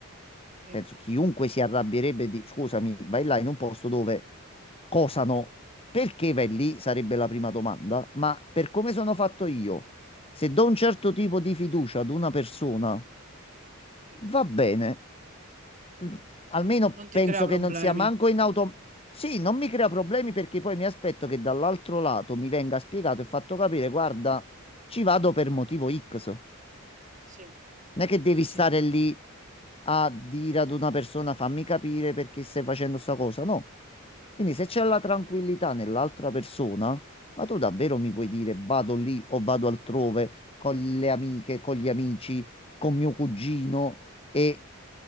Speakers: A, on the right; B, on the left.
A: sì,
B: Penso chiunque si arrabbierebbe di, scusami, vai là in un posto dove cosano. Perché vai lì? Sarebbe la prima domanda. Ma per come
A: sì,
B: sono fatto io, se do un certo tipo di fiducia ad una persona,
A: sì.
B: va bene p- almeno
A: Non ti
B: penso
A: crea problemi.
B: che non sia manco in auto. Sì, non mi crea problemi perché poi mi aspetto che dall'altro lato mi venga spiegato e fatto capire, guarda, ci vado per motivo X.
A: Sì,
B: Non è che devi
A: sì,
B: stare
A: sì, sì.
B: lì a dire ad una persona fammi capire perché stai facendo sta cosa, no. Quindi se c'è la tranquillità nell'altra persona, ma tu davvero mi puoi dire vado lì o vado altrove con le amiche, con gli amici, con mio cugino e